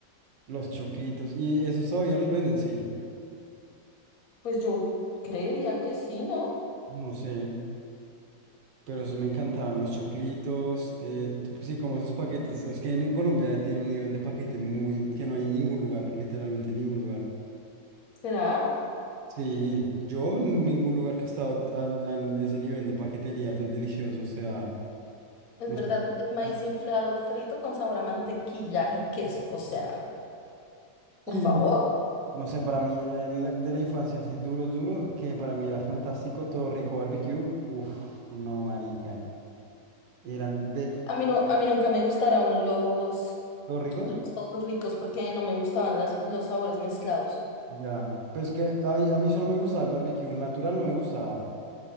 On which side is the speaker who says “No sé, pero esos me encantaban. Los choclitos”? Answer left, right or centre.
Right